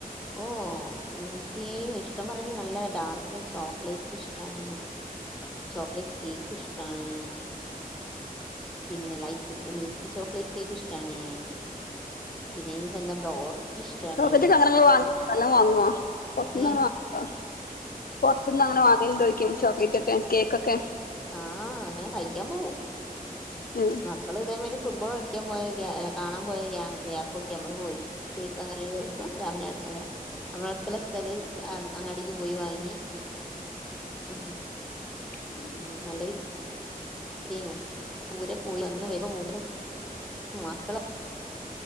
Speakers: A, in the centre; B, on the left.
A: ഓഹ് എനിക്ക് ഇഷ്ടം പറയണ നല്ല ഡാർക്ക് ചോക്ലേറ്റ് ഇഷ്ടണെ ചോക്ലേറ്റ് കേക്ക് ഇഷ്ടാണ് പിന്നെ light milky chocolate cake ഇഷ്ടാണ് പിന്നെ ഇനി എന്താ ബ്രോസ്റ്റ്- ഇഷ്ടാണ്
B: <unintelligible> അങ്ങനെങ്ങ വാങ് നല്ലാം വാങ്ങോ പൊർത് ന്നങ്ങനെ
A: ഏ
B: <unintelligible> പൊർത് ന്ന്ങ്ങനെ വാ എന്തോക്കും ചോക്ലേറ്റ് ഒക്കെ കേക്കൊക്കെ
A: ആഹ് അങ്ങനെ കഴിക്കാൻ പോകും
B: ഉം
A: മക്കൾ ഇതേമാതിരി ഫുട്ബോൾ കളിക്കാൻ പോയ അല്ല കാണാൻ പോയ ഗ്യാബ് ഒക്കെ നമ്മള് പോയി കേക്ക് അങ്ങനെ ഒരു ദിവസം രാമനാ അല്ല നമ്മള് അടുത്തുള്ള സ്ഥല അങ്ങാടിക്ക് പോയി വാങ്ങി ഉം
B: <unintelligible>
A: ഉം നല്ല <unintelligible> പൂരം <unintelligible> മക്കള